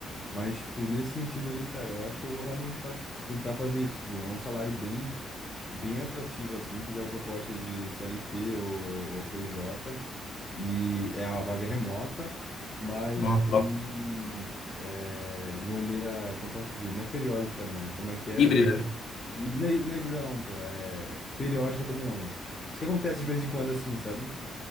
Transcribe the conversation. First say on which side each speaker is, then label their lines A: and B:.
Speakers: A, on the left (about 20°); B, on the left (about 60°).
A: Mas, tipo, nesse sentido aí, cara, eu acho que eu vou realmente fa- tentar fazer isso. Tipo, é um salário bem, bem atrativo, assim. Fizeram propostas de CLT ou, ou PJ, e é a vaga é remota, mas
B: Ó,
A: tem
B: ó.
A: é, de maneira, como posso dizer, não é periódica, não. Como é que é?
B: Híbrida,
A: E não é, não é híbrida, não, pô. É periódica também, não. Isso que acontece de vez em quando, assim, sabe?